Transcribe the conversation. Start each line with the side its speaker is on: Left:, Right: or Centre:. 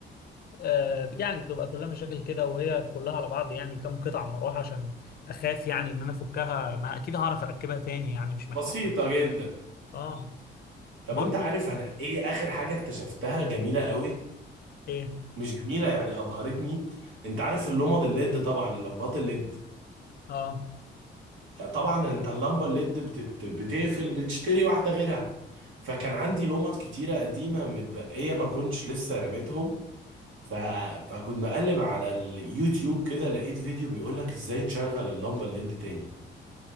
Left: آه يعني بتبقى كلها مشاكل كده وهي كلها على بعض يعني كم قطعه مروحه عشان اخاف يعني ان انا افكها ما اكيد هعرف اركبها تاني يعني مش محتاج
Right: بسيطه جدا
Left: اه
Right: طب
Left: برضو
Right: انت عارف انا ايه اخر حاجه اكتشفتها جميله قوي
Left: ايه
Right: مش جميله يعني ابهرتني انت عارف اللمض الليد طبعا اللمبات الليد
Left: اه
Right: طبعا انت اللمبه الليد بتت... بتقفل بتشتري واحده غيرها فكان عندي لمض كتيره قديمه متبقيه ما كنتش لسه رميتهم ف... فكنت بقلب على اليوتيوب كده لقيت فيديو بيقول لك ازاي تشغل اللمبه الليد تاني